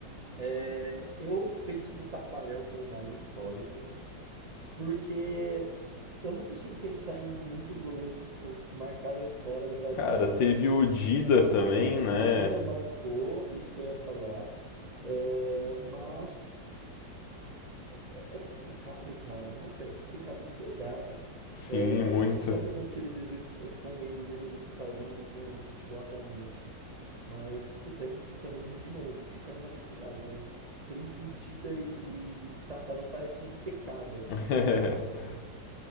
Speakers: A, on the right (about 80°); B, on the left (about 80°).
A: é, eu penso no Tafarel como o mais histórico, porque eu não consigo pensar em muitos goleiros que fo- marcaram a história do Brasil.
B: Cara, teve o Dida também, né?
A: O Dida marcou, isso que eu ia falar, é, mas... É, é complicado, cara. Nossa, é complicado de verdade.
B: Sim,
A: É, a
B: muito.
A: gente não sabe o quanto que eles executam, quão bem eles executariam no, no futebol atualmente. Mas, puta, Inter também, de novo, fica numa dificuldade, né? Escolher entre Dida e, e Tafarel parece um pecado.
B: <laughs>